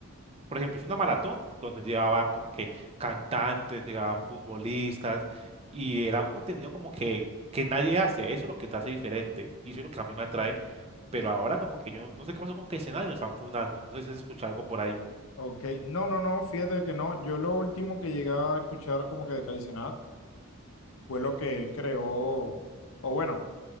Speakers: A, on the right; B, on the left.
A: por ejemplo, hice una maratón donde llevaba como que cantantes, llevaba futbolistas y era un contenido como que, que nadie hace. Eso es lo que te hace diferente y eso es lo que a mí me atrae. Pero ahora como que yo no sé qué pasó con que escenario lo están fundando. No sé si has escuchado algo por ahí.
B: Ok, no, no, no, fíjate que no, yo lo último que llegué a escuchar como que de Kaizenat fue lo que él creó, o bueno,